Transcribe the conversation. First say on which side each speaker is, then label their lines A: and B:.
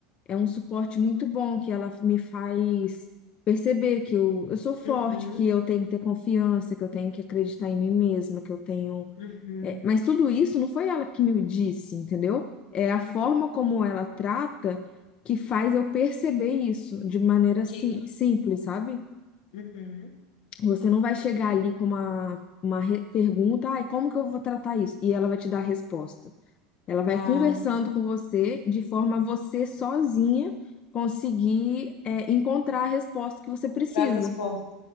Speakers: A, on the left (about 40°); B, on the left (about 80°).
A: é um suporte muito bom que ela me faz perceber que eu, eu sou forte,
B: Uhum.
A: que eu tenho que ter confiança, que eu tenho que acreditar em mim mesma, que eu tenho
B: Uhum.
A: é, mas tudo isso não foi ela que me disse, entendeu? É a forma
B: Uhum.
A: como ela trata que faz eu perceber isso de maneira sim,
B: Que. ah,
A: simples,
B: tá.
A: sabe?
B: Uhum.
A: Você não vai chegar ali com uma, uma re- pergunta, ai, como que eu vou tratar isso? E ela vai te dar a resposta. Ela vai
B: Ah,
A: conversando
B: tá.
A: com você de forma a você sozinha conseguir é, encontrar a resposta que você precisa.
B: Encontrar a resposta.